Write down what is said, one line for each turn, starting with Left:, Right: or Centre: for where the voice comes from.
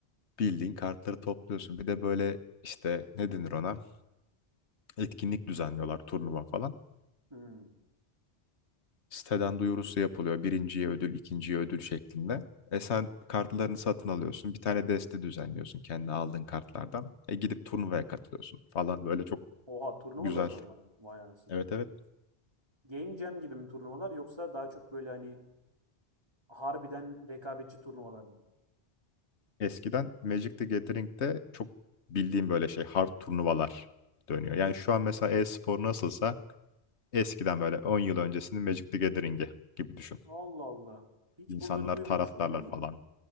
Left: Bildiğin kartları topluyorsun. Bir de böyle işte ne denir ona? etkinlik düzenliyorlar turnuva falan.
Right: Hmm.
Left: Siteden duyurusu yapılıyor. Birinciye ödül, ikinciye ödül şeklinde. E sen kartlarını satın alıyorsun. Bir tane deste düzenliyorsun kendi aldığın kartlardan. E gidip turnuvaya katılıyorsun falan. Böyle çok
Right: Oha turnuvaları
Left: güzel.
Right: da mı var? Vay anasını.
Left: Evet evet.
Right: Game Jam gibi mi turnuvalar yoksa daha çok böyle hani harbiden rekabetçi turnuvalar mı?
Left: Eskiden Magic the Gathering'de çok bildiğim böyle şey hard turnuvalar dönüyor. Yani şu an mesela e-spor nasılsa eskiden böyle 10 yıl öncesinin Magic the Gathering'i gibi düşün.
Right: Allah Allah. Hiç
Left: İnsanlar,
Right: bunları duymamıştım
Left: taraftarlar
Right: biliyor musun?
Left: falan.